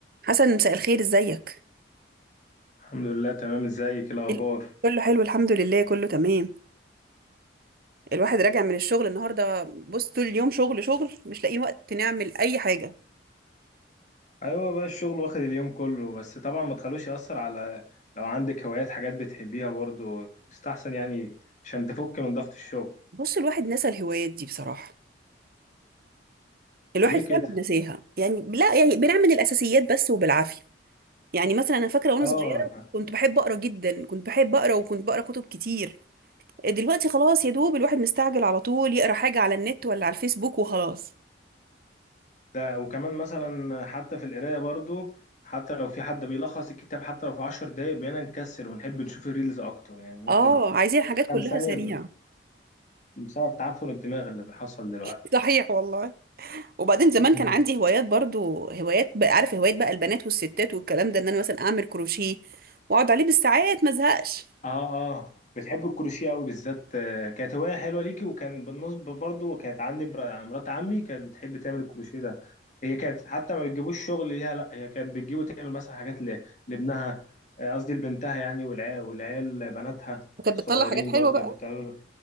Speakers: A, on the right; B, on the left.
A: حسن مساء الخير ازيك
B: الحمد لله تمام ازيك الاخبار
A: ال- كله حلو الحمد لله كله تمام الواحد راجع من الشغل النهارده بص طول اليوم شغل شغل مش لاقيين وقت نعمل اي حاجه
B: ايوه بقى الشغل واخد اليوم كله بس طبعا ما تخلوش يأثر على لو عندك هوايات حاجات بتحبيها برضو يستحسن يعني عشان تفك من ضغط الشغل
A: بص الواحد نسى الهوايات دي بصراحه الواحد
B: ليه
A: فعلا
B: كده
A: نساها يعني لا يعني بنعمل الاساسيات بس وبالعافيه يعني مثلا انا فاكره وانا
B: اه
A: صغيره كنت بحب اقرا جدا كنت بحب اقرا وكنت بقرا كتب كتير دلوقتي خلاص يا دوب الواحد مستعجل على طول يقرا حاجه على النت ولا على الفيسبوك وخلاص
B: ده وكمان مثلا حتى في القرايه برضو حتى لو في حد بيلخص الكتاب حتى لو في عشر دقايق بقينا نكسل ونحب نشوف الريلز اكتر يعني ممكن
A: اه عايزين حاجات
B: كام
A: كلها
B: ثانيه
A: سريعه
B: ب- بسبب تعفن الدماغ اللي بيحصل دلوقتي
A: <laughs> صحيح والله وبعدين زمان
B: <laughs>
A: كان عندي هوايات برضو هوايات بقى عارف هوايات بقى البنات والستات والكلام ده ان انا مثلا اعمل كروشيه واقعد عليه بالساعات ما ازهقش
B: اه اه بتحب الكروشيه قوي بالذات آه، كانت هوايه حلوه ليكي وكان بالنسبه برضو كانت عندي مرا- مرات عمي كانت بتحب تعمل الكروشيه ده هي كانت حتى ما بتجيبوش شغل ليها لا هي كانت بتجيب وتعمل مثلا حاجات ل- لابنها آه، قصدي لبنتها يعني والعيال والعيال بناتها
A: وكانت
B: الصغيرين
A: بتطلع حاجات حلوه
B: برضو
A: بقى
B: كانت بتعمل